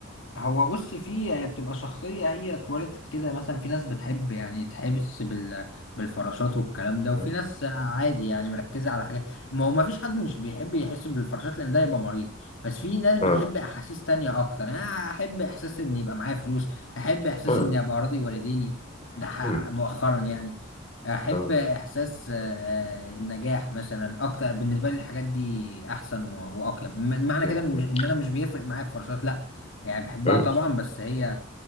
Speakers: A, on the left; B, on the left.
A: هو بص في هي بتبقى شخصية هي اتولدت كده مثلا في ناس بتحب يعني تحبس بال... بالفراشات والكلام ده وفي
B: مم.
A: ناس عادي يعني مركزة على حاجات ما هو ما فيش حد مش بيحب يحس بالفراشات لأن ده يبقى مريض بس في ناس بتحب
B: اه
A: أحاسيس تانية أكتر يعني أنا أحب إحساس إن يبقى معايا فلوس أحب إحساس
B: مم.
A: إني أبقى راضي والديني ده ح-
B: مم.
A: مؤخرا يعني أحب
B: اه
A: إحساس آه، النجاح مثلا أكتر بالنسبة لي الحاجات دي أحسن و- وأقيم م- معنى
B: مم.
A: كده مش-
B: مم.
A: إن أنا مش بيفرق معايا الفراشات لا يعني بحبها
B: مم.
A: طبعا بس هي